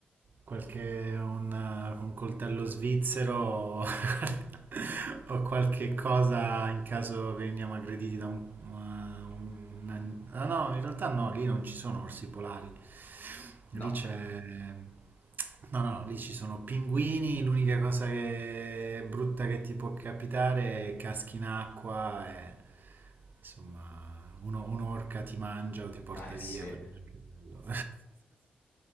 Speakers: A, on the right (about 55°); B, on the left (about 55°).
A: qualche un, un coltello svizzero <laughs> o qualche cosa in caso veniamo aggrediti da un, un- un- ah, no, in realtà no, lì non ci sono orsi polari. Lì
B: No.
A: c'è... No, no, lì ci sono pinguini, l'unica cosa che è brutta che ti può capitare è caschi in acqua e... Insomma, uno- un'orca ti mangia o ti porta
B: Eh
A: via,
B: sì.
A: però non è anche bello.